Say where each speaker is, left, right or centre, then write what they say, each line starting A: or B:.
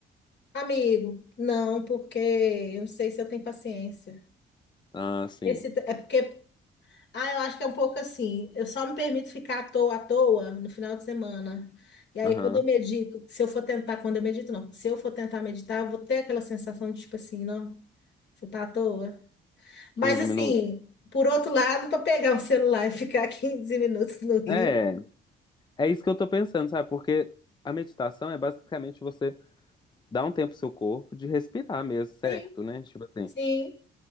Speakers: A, on the left (about 60°); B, on the left (about 20°).
A: Amigo, não, porque eu não sei se eu tenho paciência.
B: Ah, sim.
A: Esse, é porque Ah, eu acho que é um pouco assim. Eu só me permito ficar à toa, à toa no final de semana. E aí,
B: Aham.
A: quando eu medito, se eu for tentar, quando eu medito, não, se eu for tentar meditar, eu vou ter aquela sensação de tipo assim, não, você tá à toa. Mas
B: 15
A: assim,
B: minutos.
A: por outro lado, para pegar o celular e ficar <laughs> quinze minutos no Rio,
B: É, é isso que eu tô pensando, sabe? Porque a meditação é basicamente você dar um tempo pro seu corpo de respirar mesmo, certo,
A: sim,
B: né? Tipo assim.
A: sim,